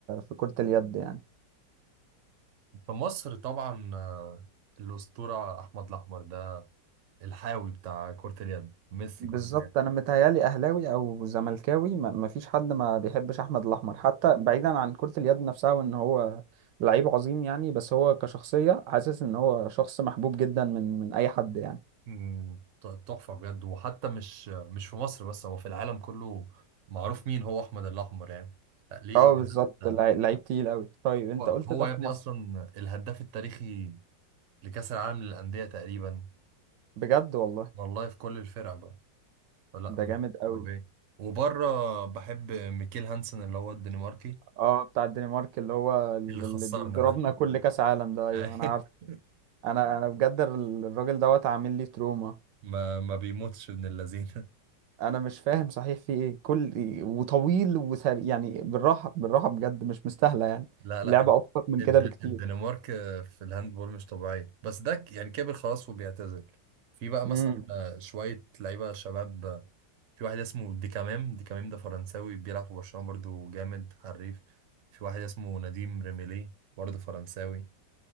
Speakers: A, on the right; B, on the right.
A: في كرة اليد يعني
B: <laughs> في مصر طبعا آه، الأسطورة احمد الاحمر ده الحاوي بتاع كرة اليد ميسي
A: بالظبط
B: كرة اليد
A: انا متهيالي اهلاوي او زملكاوي ما ما فيش حد ما بيحبش احمد الاحمر حتى بعيدا عن كرة اليد نفسها وان هو لعيب عظيم يعني بس هو كشخصية حاسس ان هو شخص محبوب جدا من من اي حد يعني
B: مم، ت- تحفة بجد وحتى مش مش في مصر بس هو في العالم كله معروف مين هو احمد الاحمر يعني لا، ليه
A: اه
B: انجازات
A: بالظبط
B: ده
A: لع- لعيب تقيل قوي طيب
B: هو
A: انت قلت
B: هو
A: ده
B: يا
A: في
B: ابني
A: مصر
B: اصلا الهداف التاريخي لكأس العالم للأندية تقريبا
A: بجد والله
B: والله في كل الفرق بقى فلا
A: ده
B: م-
A: جامد قوي
B: طبيعي وبره بحب ميكيل هانسن اللي هو الدنماركي
A: اه بتاع الدنمارك اللي هو اللي
B: اللي خسرنا
A: بيضربنا
B: ده
A: كل كاس عالم ده
B: <laughs>
A: ايوه انا عارف انا انا بجد الراجل دوت عامل لي تروما
B: ما ما بيموتش ابن اللذينه
A: انا مش فاهم صحيح في ايه كل وطويل وسريع يعني بالراحه بالراحه بجد مش مستاهله يعني
B: لا لا
A: اللعبه
B: الد-
A: ابسط من
B: الد-
A: كده بكتير
B: الدنمارك في الهاندبول مش طبيعيه بس ده ك- يعني كبر خلاص وبيعتزل في بقى
A: امم
B: مثلا آه، شويه لعيبه شباب آه، في واحد اسمه ديكامام ديكامام ده فرنساوي بيلعب في برشلونه برضو جامد حريف في واحد اسمه نديم ريميلي برضو فرنساوي